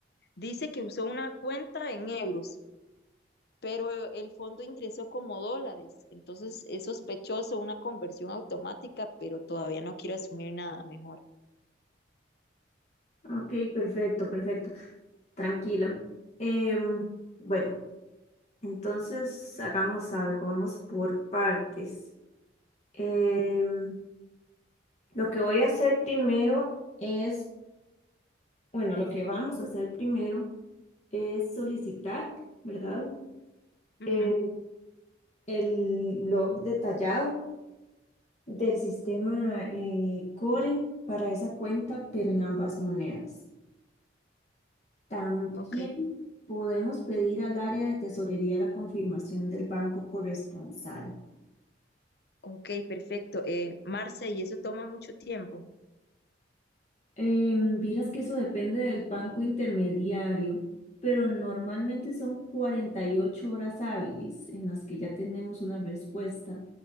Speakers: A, on the left; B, on the left.
A: dice que usó una cuenta en euros, pero el fondo ingresó como dólares, entonces es sospechoso una conversión automática, pero todavía no quiero asumir nada mejor.
B: Ok, perfecto, perfecto. Tranquila. Em, bueno, entonces hagamos algo, vamos por partes. Em, lo que voy a hacer primero es, bueno, lo que vamos a hacer primero es solicitar, ¿verdad?
A: Ujú,
B: Em, el log detallado. del sistema eh, Core para esa cuenta, pero en ambas monedas. También
A: Ok,
B: podemos pedir al área de tesorería la confirmación del banco corresponsal.
A: ok, perfecto. Eh, Marce, y eso toma mucho tiempo.
B: Em, vieras que eso depende del banco intermediario, pero normalmente son 48 horas hábiles en las que ya tenemos una respuesta.